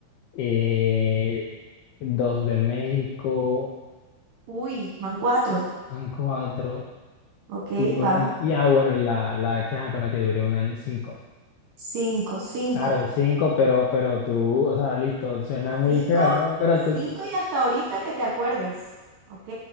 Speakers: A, on the left; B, on the right.
A: eh, Dos de México,
B: Uy, van cuatro.
A: han cuatro
B: Ok,
A: Y una,
B: vamos.
A: y ah, bueno, y la, la que, ajá, con la que duré un año, cinco.
B: Cinco, cinco.
A: Claro, cinco, pero, pero tú, o sea, listo, suena muy
B: Cinco,
A: feo, ¿no? Pero
B: cinco
A: tú,
B: y hasta ahorita que te acuerdes. Ok,